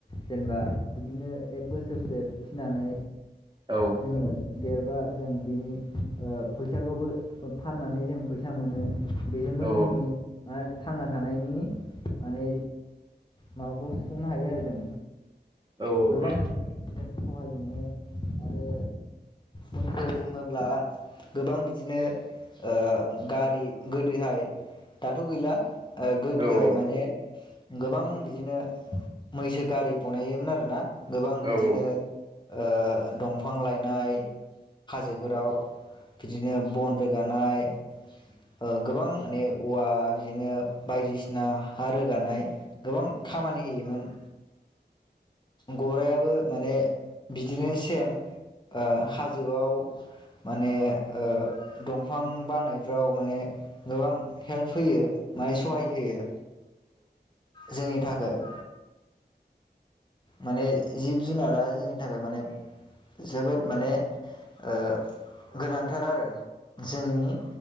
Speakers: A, on the left (about 25°); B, on the right (about 25°).
A: जेनेबा बिदिनो एक बोसोरसो फिसिनानै
B: औ औ
A: जोङो देरबा जों बिनि ओ फैसाखौबो फाननानै जों फैसा मोनो बेजोंबो
B: औ
A: जोंनि थांना थानायनि माने माबाखौ सुफुंनो हायो आरो जों
B: औ उम
A: गोबां माने जों सहाय मोनो आरो मैसो बुङोब्ला गोबां बिदिनो ओ गारि गोदोहाय दाथ' गैला ओ गोदोहाय
B: औ औ
A: माने गोबां बिदिनो मैसो गारि बनायोमोन आरो ना गोबां
B: औ
A: बिदिनो
B: औ
A: ओ दंफां लायनाय हाजोफोराव बिदिनो बन रोगानाय ओं गोबां माने औवा बिदिनो बायदिसिना हा रोगानाय गोबां खामानि होयोमोन गराइयाबो माने बिदिनो सेम ओ हाजोआव माने ओ दंफां बानायफ्राव माने गोबां हेल्प होयो माने सहाय होयो जोंनि थाखाय माने जिब जुनारा जोंनि थाखाय माने जोबोद माने ओ गोनांथार आरो जोंनि